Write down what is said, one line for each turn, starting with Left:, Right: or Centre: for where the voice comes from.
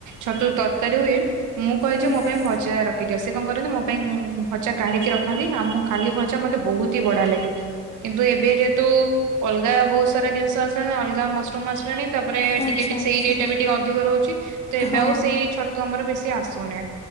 Right: ଛତୁ ତରକାରୀ ହୁଏ ମୁଁ କହେ
Left: ହୁଁ।
Right: ଯେ ମୋ ପାଇଁ ଭଜା ରଖି ଦିଅ। ସିଏ କଣ କରନ୍ତି ମୋ ପାଇଁ ଭଜା କାଢିକି ରଖନ୍ତି। ଆଉ ମୁଁ ଖାଲି ଭଜା ମତେ ବହୁତ ଡି ବଢିଆ ଲାଗେ। କିନ୍ତୁ ଏବେ ଯେହେତୁ ଅଲଗା ବହୁତ ସାରା ଜିନିଷ ଅଲଗା ମସରୁମ ଆସିଲାଣି ତାପରେ
Left: ଆଚ୍ଛା
Right: ଟିକେ ବି
Left: ଆଚ୍ଛା
Right: ସେଇ ରେଟ୍ ବି ଟିକେ ଅଧିକ ରହୁଛି। ତ ଏବେ
Left: ହଁ।
Right: ଆଉ ସେଇ ଛତ୍ ତୁ ଆମର ବେଶୀ ଆସୁନି।